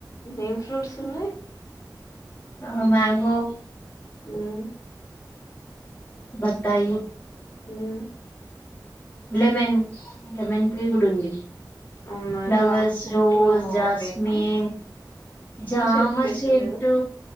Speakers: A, on the left; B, on the left.
A: ఏం ఫ్రూట్స్ ఉన్నాయి.
B: ఆ మ్యాంగో
A: హ్మ్మ్
B: బత్తాయి
A: హ్మ్మ్
B: లెమన్ లెమన్ ట్రీ కూడా ఉంది.
A: అవునా
B: ఫ్లవర్స్,
A: జామ చెట్లు
B: రోజ్, జాస్మిన్.
A: లేవా
B: జామ
A: చెట్లు పెట్టలేదు
B: చెట్టు